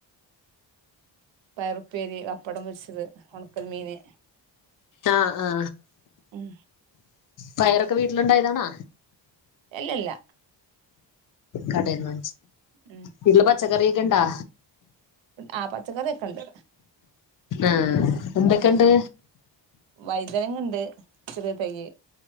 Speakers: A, on the right (about 80°); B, on the left (about 45°).
A: പയർ ഉപ്പേരി ബപ്പടം പൊരിച്ചത് ഒണക്കൽ മീന്.
B: ആ ആ
A: ഉം
B: പയറ് ക്കെ വീട്ടിലുണ്ടായതാണോ
A: എല്ലല്ല
B: കടേന്നു
A: ഉം
B: വീട്ടിൽ പച്ചക്കറി- ഇണ്ടോ
A: ആ പച്ചക്കറിയൊക്കെണ്ട്
B: ആഹ് എന്തൊക്കെണ്ട്
A: വയ്തനങ്ങ ഇണ്ട് ചെറി തയ്യ്